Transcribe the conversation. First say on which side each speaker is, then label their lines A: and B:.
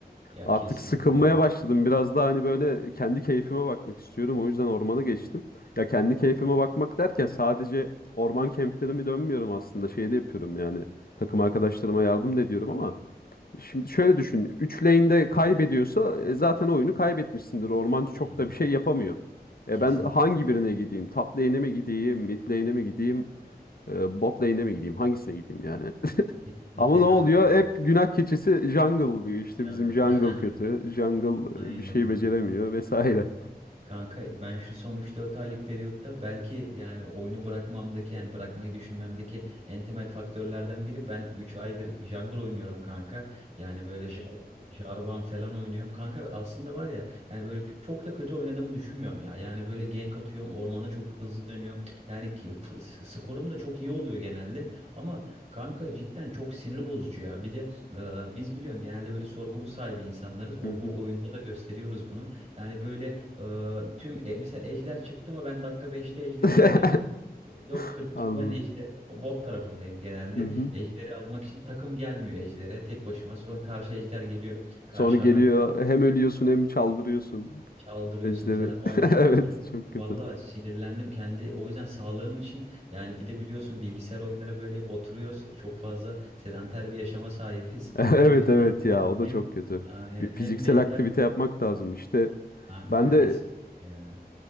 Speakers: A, on the right; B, on the left.
A: Ya
B: Artık
A: kesinlikle
B: sıkılmaya
A: kanka.
B: başladım. Biraz daha hani böyle kendi keyfime bakmak istiyorum. O yüzden ormana geçtim. Ya kendi keyfime bakmak derken sadece orman kemplerimi dönmüyorum aslında. Şey de yapıyorum yani. Takım arkadaşlarıma yardım da ediyorum ama şimdi şöyle düşün. 3 lane'de kaybediyorsa e, zaten oyunu kaybetmişsindir. Ormancı çok
A: Aynen
B: da bir şey
A: öyle.
B: yapamıyor. E
A: Kesinlikle
B: ben hangi birine gideyim? Top lane'e mi gideyim? Mid lane'e mi gideyim? E, bot lane'e mi gideyim? Hangisine gideyim yani?
A: kesinlikle
B: Ama ne
A: kanka.
B: oluyor?
A: ya.
B: Hep günah keçisi jungle oluyor. İşte
A: Jungle.
B: bizim jungle
A: <laughs>
B: kötü. Jungle
A: Aynen
B: e, bir şey
A: öyle.
B: beceremiyor vesaire.
A: Ya Kanka ben şu son üç dört aylık periyotta belki yani oyunu bırakmamdaki yani bırakmayı düşünmemdeki en temel faktörlerden biri ben 3 aydır jungle oynuyorum kanka. Yani böyle jar Jarvan falan oynuyorum. Kanka aslında var ya yani böyle k- çok da kötü oynadığımı düşünmüyorum ya. Yani böyle gank atıyorum ormanı çok hızlı dönüyorum. Yani ki- f- s- skorum da çok iyi oluyor genelde. Ama kanka cidden çok sinir bozucu ya. Bir de e, biz biliyorsun genelde böyle sorumluluk sahibi insanlarız. O
B: Hı hı.
A: bu oyunda da gösteriyoruz bunu. Yani böyle ee, tüm e, misal Ejder çıktı mı ben dakika 5'te Ejder'in
B: <laughs>
A: önünde bekliyorum. Böyle 4.40
B: Anladım.
A: gibi ben Ejder bot tarafındayım genelde.
B: Hı hı.
A: Ejder'i almak için takım gelmiyor Ejder'e tek başıma. Sonra karşı Ejder geliyor. Karşı
B: Sonra geliyor
A: adam
B: hem ölüyorsun hem çaldırıyorsun
A: çaldırıyorsun
B: ejderi.
A: falan. Ondan
B: <laughs> Evet
A: <laughs>
B: çok kötü.
A: vallahi sinirlendim kendi. O yüzden sağlığım için yani bir de biliyorsun bilgisayar oyunlara böyle hep oturuyoruz. Çok fazla sedanter bir yaşama sahibiz.
B: <laughs> Evet
A: <laughs> O yüzden
B: evet
A: dedim
B: ya o da
A: hem
B: çok kötü. Bir fiziksel
A: hem mental
B: aktivite yapmak lazım. İşte
A: kanka
B: ben de
A: kesin ya.